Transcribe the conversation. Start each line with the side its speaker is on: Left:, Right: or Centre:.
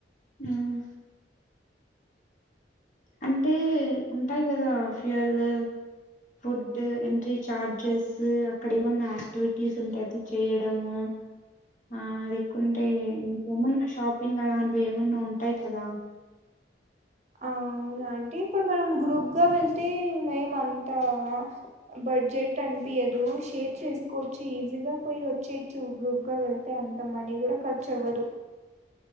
Left: హ్మ్ అంటే ఉంటాయి కదా ఫ్యూయల్ల్ ఫుడ్ ఎంట్రీ చార్జెస్ అక్కడ ఏమన్నా యాక్టివిటీస్ ఉంటే అది చేయడము ఆ లేకుంటే ఇంకేమన్నా షాపింగ్ అలాంటివి ఏమన్నా ఉంటాయి కదా
Right: ఆ అవును అంటే ఇప్పుడు మనం గ్రూప్గా వెళ్తే మేమంతా బడ్జెట్ అన్పియద్ షేర్ చేసుకోవచ్చు ఈజీగా పోయి వచ్చేయచ్చు గ్రూప్గా వెళ్తే అంత మనీ కూడా ఖర్చు అవ్వదు